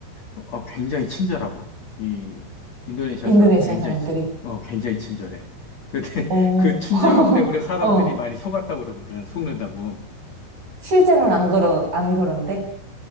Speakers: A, on the left; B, on the right.
A: 어, 굉장히 친절하고 이 인도네시아
B: 인도네시아
A: 사람들 굉장히
B: 사람들이.
A: 친- 어, 굉장히 친절해. 근데
B: 오.
A: <laughs> 그 친절함
B: <laughs>
A: 때문에 사람들이
B: 어.
A: 많이 속았다고 그러거든. 속는다고.
B: 실제로는 안 그러 안 그런데.